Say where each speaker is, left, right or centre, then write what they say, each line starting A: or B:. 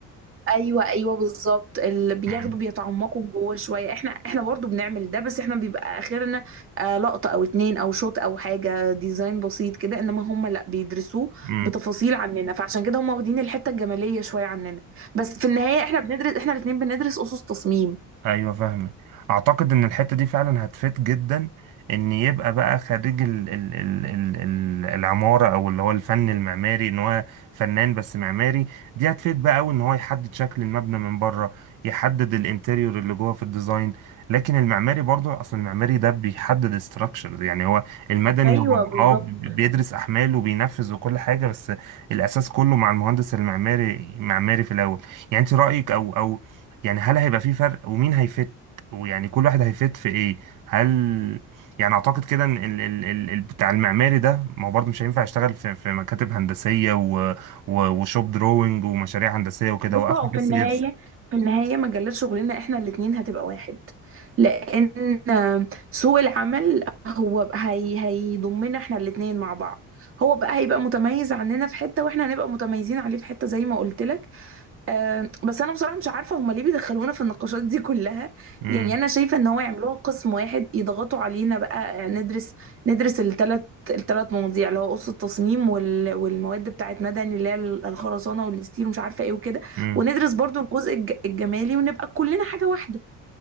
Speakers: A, on the right; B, on the right.
A: ايوه ايوه بالظبط اللي بياخدوا
B: امم
A: بيتعمقوا جوه شويه احنا احنا برضو بنعمل ده بس احنا بيبقى اخرنا آه لقطه او اتنين او شوت او حاجه ديزاين بسيط كده انما هم لا بيدرسوه
B: امم
A: بتفاصيل عننا فعشان كده هم واخدين الحته الجماليه شويه عننا بس في النهايه احنا بندرس احنا الاتنين بندرس اسس تصميم
B: ايوه فاهمك اعتقد ان الحته دي فعلا هتفيد جدا ان يبقى بقى خريج ال ال ال ال ال العماره او اللي هو الفن المعماري ان هو فنان بس معماري دي هتفيد بقى قوي ان هو يحدد شكل المبنى من بره يحدد الانتريور اللي جوه في الديزاين لكن المعماري برضو اصل المعماري ده بيحدد ستراكشرز يعني هو المدني
A: ايوه
B: هو
A: بالظبط
B: اه بيدرس احمال وبينفذ وكل حاجه بس الاساس كله مع المهندس المعماري معماري في الاول يعني انت رايك او او يعني هل هيبقى في فرق ومين هيفت ويعني كل واحد هيفت في ايه هل يعني اعتقد كده ان ال... ال... ال... ال- بتاع المعماري ده ما هو برضه مش هينفع يشتغل في, في مكاتب هندسية و... و... وشوب دروينج ومشاريع هندسية وكده
A: بص
B: واخره
A: هو في
B: بس
A: النهاية
B: يرسم
A: في النهاية مجالات شغلنا احنا الاتنين هتبقى واحد لأن سوق العمل هو ب- هي هيضمنا احنا الاتنين مع بعض هو بقى هيبقى متميز عننا في حتة واحنا هنبقى متميزين عليه في حتة زي ما قلت لك أه بس انا بصراحه مش عارفه هما ليه بيدخلونا في النقاشات دي كلها
B: امم
A: يعني انا شايفه ان هو يعملوها قسم واحد يضغطوا علينا بقى آه، ندرس ندرس الثلاث الثلاث مواضيع اللي هو قصه التصميم وال... والمواد بتاعت مدني اللي هي الخرسانه والستيل ومش عارفه ايه وكده
B: امم
A: وندرس برضو الجزء الج... الجمالي ونبقى كلنا حاجه واحده